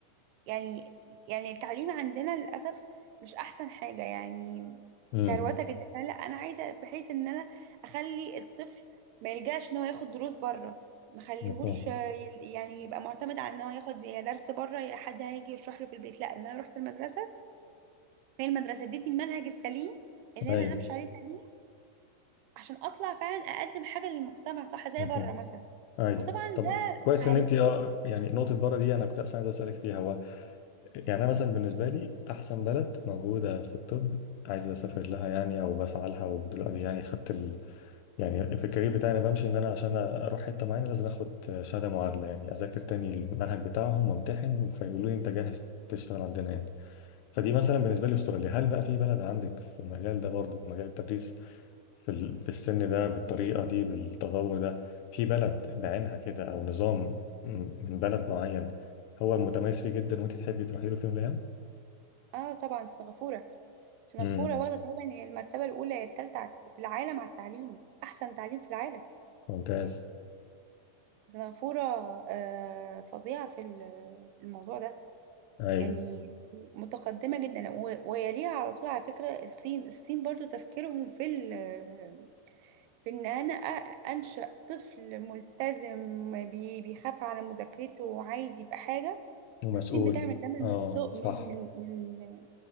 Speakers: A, on the right (about 80°); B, on the left (about 85°).
A: يعني يعني التعليم عندنا للأسف مش احسن حاجة يعني
B: امم
A: كروته جدا لا انا عايزة بحيث ان انا اخلي الطفل ما يلجاش ان هو ياخد دروس بره مخليهوش
B: مفهوم
A: آه، يعني يبقى معتمد على ان هو ياخد يا درس بره يا حد هيجي يشرح له في البيت لا إن انا رحت المدرسة فهي المدرسة ادتني المنهج السليم اللي
B: ايوه
A: انا همشي عليه سليم عشان اطلع فعلا اقدم حاجة للمجتمع صح زي
B: مفهوم
A: بره مثلا
B: ايوه
A: وطبعا
B: طب
A: ده
B: كويس
A: هيبقى
B: ان انت اه يعني نقطة بره دي انا كنت اصلا عايز اسالك فيها هو يعني انا مثلا بالنسبة لي احسن بلد موجودة في الطب عايز اسافر لها يعني او بسعى لها ودلوقتي يعني خدت يعني في الكارير بتاعي انا بمشي ان انا عشان اروح حته معينه لازم اخد شهاده معادله يعني اذاكر تاني المنهج بتاعهم وامتحن فيقولوا لي انت جاهز تشتغل عندنا يعني فدي مثلا بالنسبه لي استراليا هل بقى في بلد عندك في المجال ده برضو مجال التدريس في ال- في السن ده بالطريقه دي بالتطور ده في بلد بعينها كده او نظام م- من بلد معين هو متميز فيه جدا وانت تحبي تروحي له في يوم من الايام
A: اه طبعا سنغافورة سنغافورة
B: امم
A: واخدة تقريبا المرتبة الأولى يا التالتة عت- في العالم على التعليم أحسن تعليم في العالم
B: ممتاز
A: سنغافورة آه، فظيعة في ال- في الموضوع ده
B: ايوه
A: يعني متقدمة جدا و- ويليها على طول على فكرة الصين الصين برضو تفكيرهم في ال- في ان انا أ- انشأ طفل ملتزم بي- بيخاف على مذاكرته وعايز يبقى حاجة
B: ومسؤول
A: الصين بتعمل ده
B: اه
A: من السوق
B: صح
A: من من من